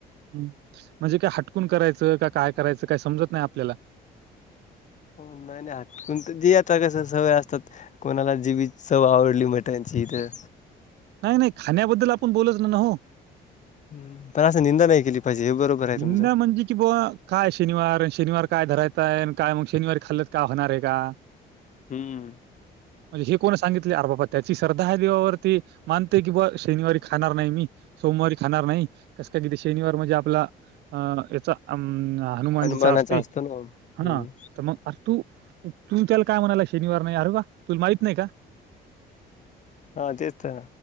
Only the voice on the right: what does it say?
ह म्हणजे काय हटकून करायचं का काय करायचं काय समजत नाही आपल्याला.
नाही नाही खाण्याबद्दल आपण बोलच ना ना हो.
निंदा
म्हणजे की बुवा. काय शनिवार शनिवार काय धरायताय काय मग शनिवारी खाल्लत काय होणार आहे का.
म्हणजे हे कोण सांगितले अर बाबा त्याची श्रद्धा देवावरती. मानतोय की बा शनिवारी खाणार नाही मी सोमवारी खाणार नाही कस काय किती शनिवार म्हणजे आपला. अ याचा अ हनुमानजीचा
असते
हा
तर मग. अरे तू तु त्याला काय म्हणाला शनिवार नाही अरे बा तुला माहीत नाही का.